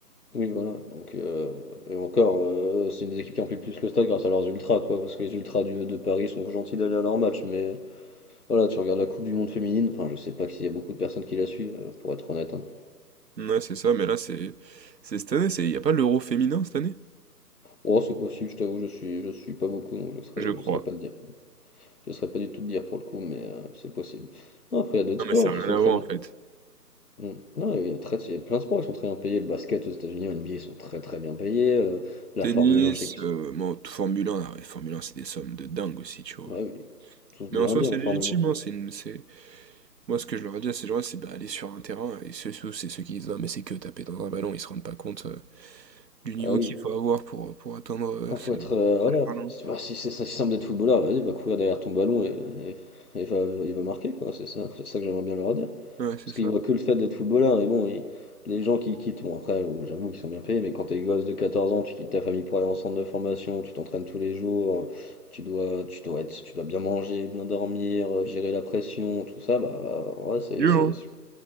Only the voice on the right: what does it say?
Ouais, c'est ça, mais là, c'est... C'est cette année, c'est... Il n'y a pas l'Euro féminin cette année?
Je crois.
Non,
mais ça
n'a rien
à
voir,
en fait.
Tennis,
euh, bon, t- Formule 1, ah ouais, Formule 1, c'est des sommes de dingue aussi, tu vois.
Mais
en soi, c'est
légitime,
hein, c'est une- c'est- Moi, ce que je leur dis à ces gens-là, c'est bah, aller sur un terrain, et ceux, ceux- c'est ceux qui disent, non, mais c'est que taper dans un ballon, ils se rendent pas compte euh, du niveau
qu'il faut avoir pour, pour atteindre euh,
ces
ces
talents.
Ouais, c'est
ça.
C'est dur,
hein?